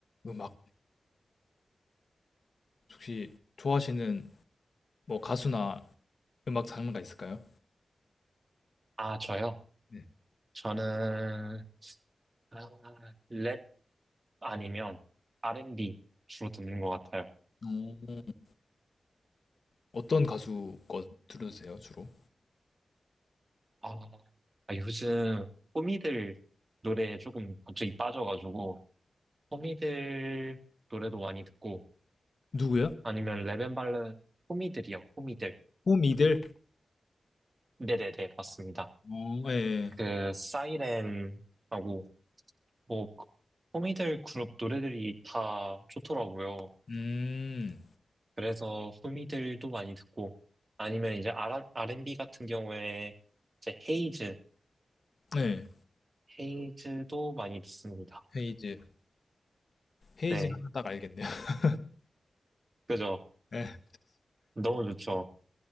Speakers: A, on the left; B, on the right.
A: 음악 혹시 좋아하시는 뭐 가수나 음악 장르가 있을까요?
B: 아, 저요?
A: 네.
B: 저는, 아, 랩 아니면 R&B 주로 듣는 것 같아요.
A: 어, 어떤 가수 거 들으세요, 주로?
B: 아, 아, 요즘 호미들 노래에 조금 갑자기 빠져가지고, 호미들 노래도 많이 듣고,
A: 누구요?
B: 아니면 랩앤발레, 호미들이요, 호미들.
A: 호미들?
B: 네네네, 맞습니다.
A: 어, 예, 예.
B: 그, 사이렌하고, 뭐, 그, 호미들 그룹 노래들이 다 좋더라고요.
A: 음,
B: 그래서 후미들도 많이 듣고, 아니면 이제 R, R&B 같은 경우에 이제 헤이즈,
A: 네.
B: 헤이즈도 많이 듣습니다.
A: 헤이즈. 헤이즈
B: 네,
A: 하나 딱 알겠네요. <laughs>
B: 그죠?
A: 예.
B: 너무 좋죠.